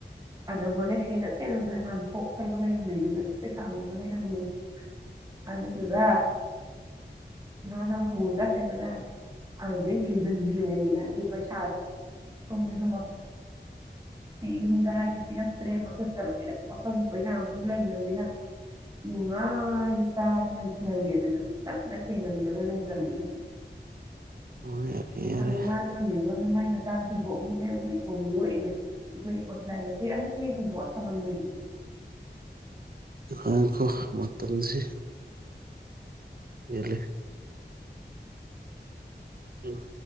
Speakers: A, on the right (about 20°); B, on the right (about 55°).
A: ꯑꯗ ꯍꯣꯔꯅ ꯁꯦꯟꯅ ꯇꯦꯗꯅ ꯅꯍꯥꯟꯊꯣꯛ ꯀꯩꯒ ꯂꯩꯔꯝꯃꯤꯗꯨ ꯀ ꯀꯩ ꯁꯥꯝꯗꯒ ꯂꯩꯔꯝꯃꯤ ꯑꯗꯨꯗꯨꯒ ꯅꯍꯥꯟꯅ ꯄꯨꯗ ꯀꯩꯗꯅ ꯑꯗꯨꯗꯩ ꯆꯤꯟꯁꯤꯟꯗ꯭ꯔꯤꯉꯩꯗ ꯍꯥꯏꯗꯤ ꯄꯩꯁꯥꯗ ꯀꯗ ꯁ ꯍꯥꯏꯦ ꯄꯤꯌꯥꯦ ꯂꯣꯏꯅ ꯄꯀꯪ ꯄꯖꯈ ꯂꯩꯈ꯭ꯔꯕꯅꯤꯅ ꯅꯨꯡꯉꯥꯏꯅ ꯆꯥꯗꯅ ꯂꯩꯁꯤꯜꯂꯝꯒꯦꯗꯅꯪꯗ ꯁꯤꯅꯗꯤꯅ ꯇꯔꯃꯦ
B: ꯎꯝ ꯌꯥꯔꯦ ꯌꯥꯔꯦ
A: ꯑꯗꯨꯗ ꯃꯥꯔꯅꯃꯤ ꯃꯥꯏ ꯃꯇꯥꯡ ꯊꯣꯏꯗꯣꯛꯅꯤꯡꯉ ꯑꯗꯨꯣꯏ ꯇꯣꯡꯅꯤꯡꯏꯣꯏ ꯑꯩꯈꯣꯏ ꯑꯣꯖꯂꯥꯏꯗ ꯀ ꯑ ꯀ ꯣꯏꯕꯣ ꯇꯧꯍꯟꯂꯣꯏꯅꯦ
B: ꯑꯩꯈꯣꯈꯣ ꯃꯇꯝꯁꯤ ꯏꯔ ꯂꯩ ꯎꯝ ꯎꯝ